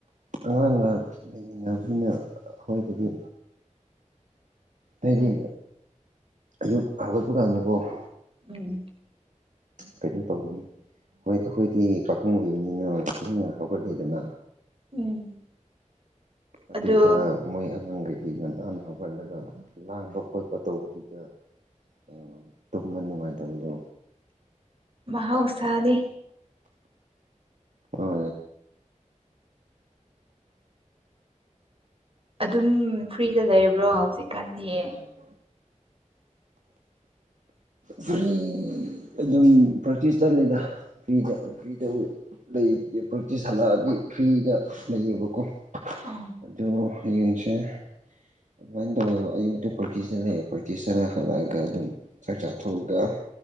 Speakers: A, on the right; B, on the right.
A: ꯑꯉꯥꯡꯅ ꯑꯩꯒꯤ ꯉꯕꯤꯅ ꯑꯩꯈꯣꯏꯒꯤꯗꯤ ꯐꯩꯗꯤ
B: ꯎꯝ
A: ꯌꯨ ꯍꯥꯒꯜ ꯄꯨꯀꯥꯟꯗꯨ ꯀꯧꯕꯣ
B: ꯎꯝ
A: ꯀꯩꯅꯣ ꯇꯧꯕꯒꯅꯤ ꯍꯣꯏ ꯑꯩꯈꯣꯏꯗꯤ ꯄꯥꯈꯪ ꯑꯣꯏꯕ ꯃꯤꯅ ꯊꯤꯅ ꯍꯧꯒꯠꯂꯗꯅ
B: ꯎꯝ
A: ꯑꯗꯨꯗ
B: ꯑꯗꯣ
A: ꯃꯣꯏ ꯑꯉꯥꯡꯈꯩꯒꯤ ꯉꯟꯗꯥꯟꯅ ꯍꯧꯒꯠꯂꯒ ꯂꯥꯡꯕ ꯈꯣꯠꯄ ꯇꯧꯕꯗꯨꯗ ꯑ ꯇꯨꯝꯕ ꯅꯨꯡꯉꯥꯏꯇꯕꯗꯣ
B: ꯥꯎꯁꯅꯤ
A: ꯍ
B: ꯑꯗꯨꯝ ꯐ꯭ꯔꯤꯗ ꯂꯩꯔꯕ꯭ꯔꯣ ꯍꯧꯖꯤꯛ
A: <unintelligible>
B: <unintelligible>
A: ꯐ꯭ꯔꯤ ꯑꯗꯨꯝ ꯄ꯭ꯔꯦꯛꯇꯤꯁ ꯆꯠꯂꯤꯗ ꯐꯔꯤꯗ ꯐ꯭ꯔꯤꯗ ꯂꯩꯇꯦ ꯄ꯭ꯔꯦꯛꯇꯤꯁ ꯍꯜꯂꯛꯑꯗꯤ ꯐ꯭ꯔꯤꯗ ꯂꯩꯌꯦꯕꯀꯣ
B: ꯑ
A: ꯑꯗꯨ ꯌꯦꯌꯡꯁꯦ ꯑꯗꯨꯃꯥꯏꯅ ꯇꯧꯋꯦꯕ ꯑꯌꯨꯛꯇ ꯄ꯭ꯔꯀꯤꯤꯁꯇ ꯂꯩꯑꯦ ꯄ꯭ꯔꯦꯀꯤꯁꯇꯠ ꯍꯜꯂꯛꯑꯒ ꯑꯗꯨꯝ ꯆꯥꯛ ꯆꯥꯊꯣꯛꯑꯒ